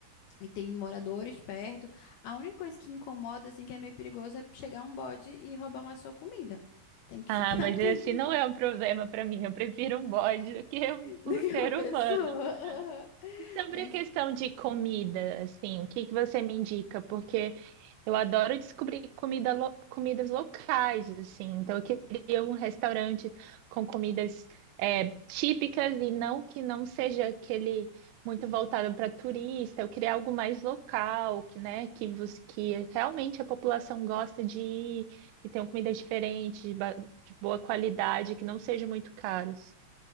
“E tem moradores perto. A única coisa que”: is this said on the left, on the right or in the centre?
Left